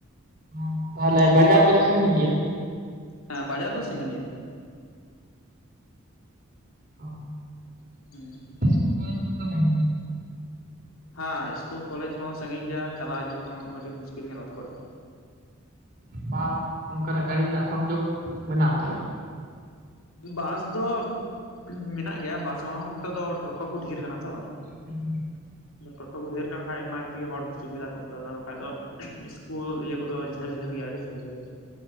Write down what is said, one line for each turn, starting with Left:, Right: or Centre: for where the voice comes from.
Right: ᱟᱨ ᱛᱟᱦᱚᱞᱮ
Left: ᱦᱟᱹᱛᱤ
Right: ᱵᱟᱡᱟᱨ
Left: ᱠᱩᱫ
Right: ᱠᱚᱫᱚ ᱥᱟᱺᱜᱤᱧ ᱜᱮᱭᱟ?
Left: ᱦᱮᱸ ᱵᱟᱡᱟᱨ ᱫᱚ ᱥᱟᱺᱜᱤᱧ ᱜᱮᱭᱟ᱾
Right: ᱚ
Left: ᱩᱸ
Right: <unintelligible>
Left: ᱦᱮᱸ ᱤᱥᱠᱩᱞ ᱠᱚᱞᱮᱡᱽ ᱠᱚᱦᱚᱸ ᱥᱟᱺᱜᱤᱧ ᱜᱮᱭᱟ ᱪᱟᱞᱟᱜ ᱦᱤᱡᱩᱜ ᱦᱚᱸ ᱟᱹᱰᱤ ᱢᱩᱥᱠᱤᱞ ᱜᱮᱭᱟ ᱱᱚᱛᱮ ᱠᱷᱚᱱ ᱫᱚ᱾
Right: ᱵᱟᱥ ᱱᱚᱝᱠᱟᱱᱟᱜ ᱜᱟᱹᱰᱤ ᱨᱮᱱᱟᱜ ᱥᱚᱝᱡᱳᱜᱽ ᱢᱮᱱᱟᱜ ᱛᱚ᱾
Left: ᱵᱟᱥ ᱫᱚ ᱢᱮᱱᱟᱜ ᱜᱮᱭᱟ ᱵᱟᱥ ᱦᱚᱸ ᱱᱤᱛᱚᱜ ᱫᱚ ᱴᱳᱴᱳ ᱠᱚ ᱰᱷᱮᱨ ᱠᱟᱱᱟ ᱛᱚ᱾
Right: <unintelligible>
Left: ᱫᱚ ᱴᱳᱴᱳ ᱠᱚ ᱰᱷᱮᱨ ᱠᱟᱱ ᱠᱷᱟᱱ ᱚᱱᱟ ᱛᱮᱜᱮ ᱦᱚᱲ ᱠᱚ ᱥᱩᱵᱤᱫᱷᱟ ᱠᱚ ᱟᱹᱭᱠᱟᱹᱣ ᱮᱫᱟ ᱵᱟᱝᱠᱷᱟᱱ ᱫᱚ ᱤᱥᱠᱩᱞ ᱤᱭᱟᱹ ᱠᱚᱫᱚ ᱡᱷᱟᱹᱞ ᱡᱷᱟᱹᱞ ᱜᱮᱭᱟ ᱟᱹᱰᱤ ᱡᱷᱟᱹᱞ ᱡᱷᱟᱹᱞ ᱜᱮᱭᱟ᱾